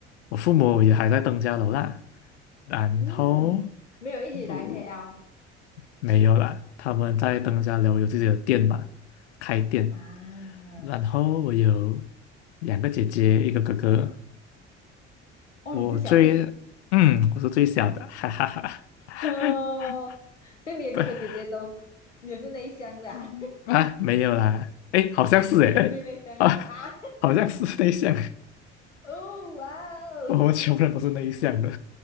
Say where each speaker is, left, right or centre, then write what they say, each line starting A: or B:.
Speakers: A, on the left (about 70°); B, on the left (about 80°).
A: 我父母也还在登家楼啦，然后
B: 嗯没有一起来
A: 呃
B: KL
A: 没有啦，他们在登家楼有自己的店嘛，开店。
B: 啊，
A: 然后我有两个姐姐，一个哥哥，
B: 哦，
A: 我最嗯我是最小的，
B: 你是小弟
A: 哈哈哈。<laughs>
B: 哦，这样你的哥哥姐姐都也是内向的啊，
A: 不嗯啊没有啦，诶，好像是诶，
B: <laughs> 你是最内向的啊，
A: <laughs> 啊好像是内向，
B: <laughs> 哦哇哦
A: <laughs> 我们穷人都是内向的。